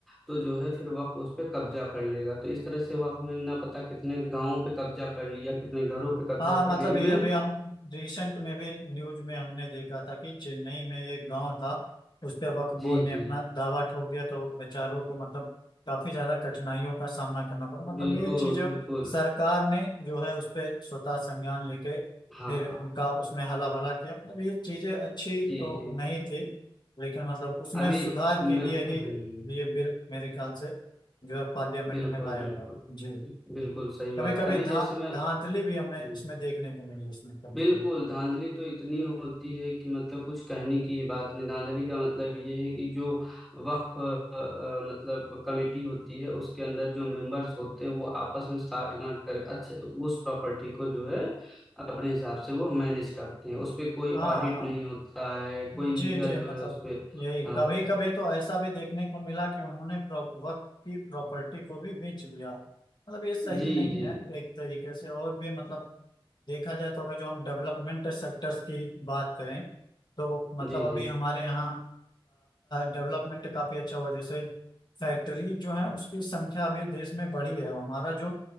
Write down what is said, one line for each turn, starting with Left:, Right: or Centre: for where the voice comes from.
Centre: तो जो है फिर वक्फ उस पर कब्जा कर लेगा तो इस तरह से वक्फ में ना पता कितने गांवों पे कब्जा कर लिया कितने घरों पे कब्जा
Left: हाँ
Centre: कर
Left: मतलब
Centre: लिया
Left: ये
Centre: इवन
Left: अभी हम रिसेंट में भी न्यूज में हमने देखा था कि चेन्नई में एक गांव था उस पे वक्फ
Centre: जी
Left: बोर्ड ने
Centre: जी
Left: अपना दावा ठोक दिया तो बेचारों को मतलब काफी ज्यादा कठिनाइयों का सामना करना पड़ा मतलब
Centre: बिल्कुल
Left: ये चीजें
Centre: बिल्कुल
Left: सरकार ने जो है उस पे स्वतः संज्ञान लेके
Centre: हाँ
Left: फिर
Centre: हाँ
Left: उनका उसमें हला भला किया मतलब ये चीजें अच्छी
Centre: जी
Left: तो
Centre: जी
Left: नहीं थी लेकिन मतलब उसमें
Centre: अभी
Left: सुधार
Centre: मैं
Left: के लिए
Centre: हम्म,
Left: ही ये बिल मेरे ख्याल से जो है पार्लियामेंट
Centre: बिल्कुल
Left: में लाया
Centre: बिल्कुल
Left: गया जी
Centre: बिल्कुल
Left: जी
Centre: सही बात
Left: कभी कभी
Centre: है अभी
Left: धा
Centre: जैसे मैं
Left: धांधली भी
Centre: हम्म,
Left: हमें इसमें देखने को मिली इसमें कभी
Centre: बिल्कुल
Left: कभी
Centre: धांधली तो इतनी होती है कि मतलब कुछ कहने की ही बात नहीं धांधली का मतलब ये है कि जो वक्फ अ, अ, मतलब कमेटी होती है उसके अंदर जो मेंबर्स होते हैं वो आपस में साठगांठ करके अच्छे उस प्रॉपर्टी को जो है अपने हिसाब से वो मैनेज करते हैं उस पे कोई
Left: हाँ
Centre: ऑडिट
Left: हाँ
Centre: नहीं होता है
Left: जी
Centre: कोई लीगल
Left: जी मतलब
Centre: जो है उस पे
Left: यही
Centre: अ,
Left: कभी कभी तो ऐसा भी देखने को मिला कि उन्होंने प्रॉप- वक्त की प्रॉपर्टी को भी बेच दिया मतलब ये सही
Centre: जी
Left: नहीं
Centre: जी
Left: है एक तरीके से और भी मतलब देखा जाए तो अगर जो हम डेवलपमेंट सेक्टर्स की बात करें तो मतलब
Centre: जी
Left: अभी
Centre: जी
Left: हमारे यहाँ डेवलपमेंट काफी अच्छा हुआ जैसे फैक्ट्री जो है उसकी संख्या अभी देश में बढ़ी है और हमारा जो